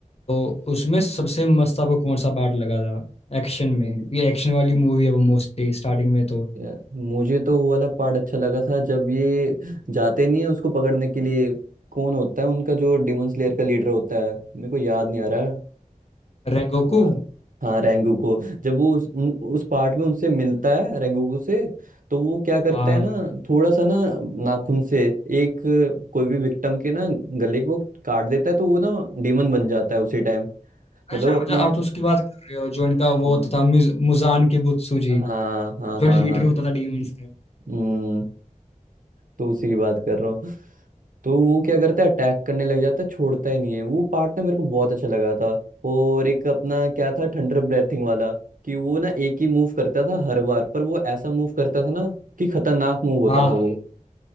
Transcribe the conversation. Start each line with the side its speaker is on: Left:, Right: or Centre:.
Left: तो उसमें सबसे मस्त आपको कौन सा पार्ट लगा था एक्शन
Right: हम्म,
Left: में ये एक्शन वाली
Right: हम्म,
Left: मूवी है वो मोस्टली स्टार्टिंग में तो
Right: यार, मुझे तो वो वाला पार्ट अच्छा लगा था जब ये जाते नहीं है उसको पकड़ने के लिए कौन होता है उनका जो डिमन स्लेयर का लीडर होता है मेरे को याद नहीं आ रहा है।
Left: रेंगोकू
Right: हाँ हाँ रेंगुको जब वो उस, उन, उस पार्ट में उनसे मिलता है रेंगुको से तो वो क्या करता
Left: हाँ
Right: है ना थोड़ा सा ना नाखून से एक कोई भी विक्टिम के ना गले को काट देता है तो वो ना डीमन बन जाता है उसी टाइम
Left: अच्छा
Right: मतलब
Left: अच्छा
Right: अपना
Left: आप तो उसकी बात कर रहे हो जो इनका
Right: हम्म,
Left: वो होता था मिज- मुजान की बुत्सुजी
Right: हाँ हाँ
Left: जो
Right: हाँ
Left: लीडर
Right: हाँ
Left: होता था डीमंस का
Right: हम्म। तो उसी की बात कर रहा हूँ तो वो क्या करता है अटैक करने लग जाता है छोड़ता ही नहीं है वो पार्ट ना मेरे को बहुत अच्छा लगा था और एक अपना क्या था थंडर ब्रेथिंग वाला कि वो ना एक ही मूव करता था हर बार पर वो ऐसा मूव करता था ना कि खतरनाक मूव होता
Left: हाँ
Right: था
Left: हाँ
Right: वो